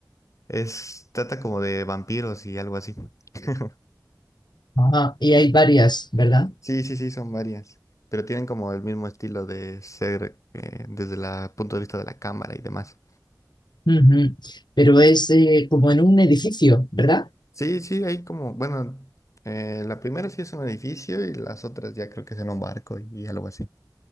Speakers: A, on the left; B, on the left.
A: Es, trata como de vampiros y algo así. <laughs>
B: Ajá, y hay varias, ¿verdad?
A: Sí, sí, sí, son varias. Pero tienen como el mismo estilo de ser eh, desde el punto de vista de la cámara y demás.
B: Ujú. Pero es eh, como en un edificio, ¿verdad?
A: Sí, sí, hay como, bueno, eh, la primera sí es un edificio y las otras ya creo que es en un barco y, y algo así.